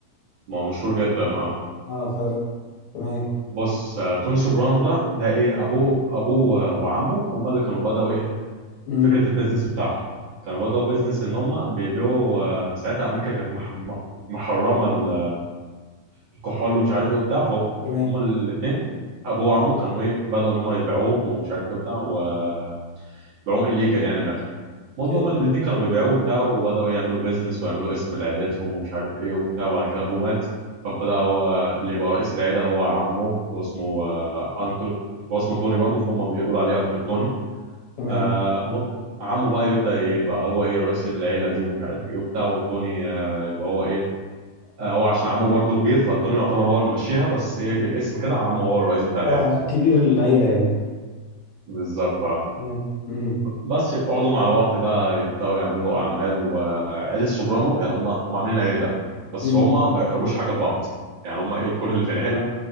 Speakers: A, on the right; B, on the left.
A: ما هو مشهور جدا اه
B: اه فعلا تمام
A: بص آه، توني سوبرانو ده ده ايه ابوه ابوه وعمه هم اللي كانوا بدأوا ايه
B: امم
A: فكره البيزنس بتاعهم كانوا بدأوا بيزنس ان هم بيبيعوا آه، ساعتها امريكا كانت محم- محرمه ال- الكحول ومش عارف ايه وبتاع فهم
B: تمام
A: الاثنين ابوه وعمه كانوا ايه بدأوا ان هم يبيعوهم ومش عارف ايه وبتاع وبيعوهم الليجال يعني من الاخر المهم
B: إيه،
A: هما الاثنين كانوا بيبيعوه وبتاع وبدأوا يعملوا بيزنس ويعملوا اسم لعيلتهم ومش عارف ايه وبتاع وبعد كده ابوه مات فبدأ هو اللي يبقى رئيس العيلة هو عمه اللي هو اسمه آه، انكل هو اسمه توني برضه فهم بيقولوا عليه انكل توني
B: تمام
A: آه م- عمه بقى يبدأ يبقى هو ايه رئيس العيلة دي ومش عارف ايه وبتاع وتوني آه يبقى هو ايه آه هو عشان عمه برضه كبير فتوني يعتبر هو اللي ماشيها بس ايه بالاسم كده عمه هو الرئيس بتاع العيلة
B: اه كبير العيلة يعني
A: بالظبط آه.
B: تمام امم
A: بس يقعدوا مع الوقت بقى يبدأوا يعملوا أعمال وعيلة سوبرانو يعني هم هم عاملين عيلة بس
B: أمم.
A: هم ما يقربوش حاجة لبعض يعني هم ايه كل اللي في العيلة